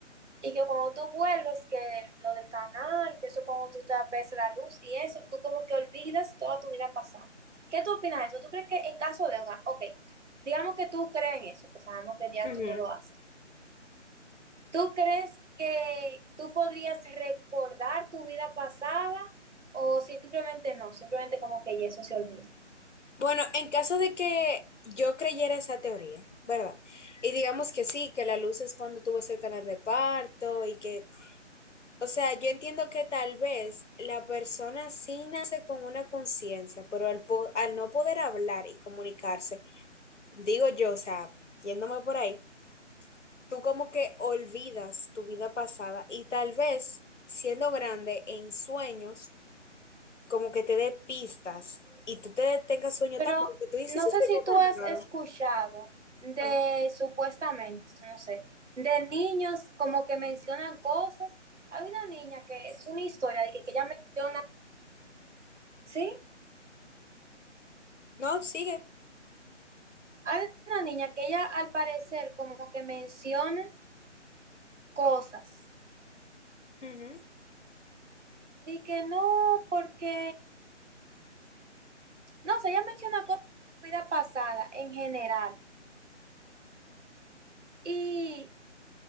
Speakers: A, on the right; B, on the left.
A: Y que cuando tú vuelves, que lo del canal, que eso cuando tú te ves la luz y eso, tú como que olvidas toda tu vida pasada. ¿Qué tú opinas de eso? ¿Tú crees que en caso de, ok, digamos que tú crees en eso, que sabemos que ya
B: Ujú.
A: tú no lo haces, ¿tú crees que tú podrías recordar tu vida pasada o simplemente no? Simplemente como que ya eso se olvida.
B: Bueno, en caso de que yo creyera esa teoría, ¿verdad? Y digamos que sí, que la luz es cuando tú vas al canal de parto y que O sea, yo entiendo que tal vez la persona sí nace con una conciencia, pero al, po- al no poder hablar y comunicarse, digo yo, o sea, yéndome por ahí, tú como que olvidas tu vida pasada y tal vez siendo grande en sueños, como que te dé pistas y tú te tengas sueño
A: Pero
B: tan raro que tú dices,
A: no
B: ese
A: sé
B: sueño
A: si tú
B: tan
A: has
B: raro.
A: escuchado de
B: Ajá.
A: supuestamente, esto no sé, de niños como que mencionan cosas. Hay una niña que es una historia de que, que ella menciona, sí,
B: No, sigue.
A: hay una niña que ella al parecer como que menciona cosas.
B: Ujú.
A: De que no, porque, no sé, ella menciona cosas de su vida pasada en general. Y,